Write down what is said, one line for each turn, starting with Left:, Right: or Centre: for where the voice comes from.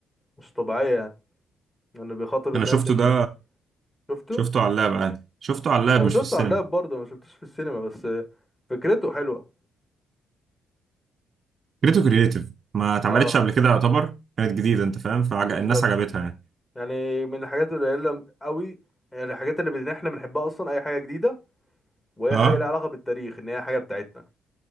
Left: مش طبيعية يعني إنه بيخاطب
Right: انا
Left: الناس
Right: شفته
Left: اللي
Right: ده
Left: شفته
Right: شفته على اللاب عادي شفته على اللاب
Left: أنا
Right: مش
Left: شفته
Right: في السينما
Left: على اللاب برضه ما شفتوش في السينما بس فكرته حلوة
Right: فكرته كرييتيف ما اتعملتش
Left: اه
Right: قبل كده يعتبر كانت جديده انت فاهم فعج...
Left: بالظبط
Right: الناس عجبتها يعني
Left: يعني من الحاجات القليلة قوي يعني الحاجات اللي بن- احنا بنحبها أصلا أي حاجة جديدة وهي
Right: اه
Left: حاجه ليها علاقه بالتاريخ ان هي حاجه بتاعتنا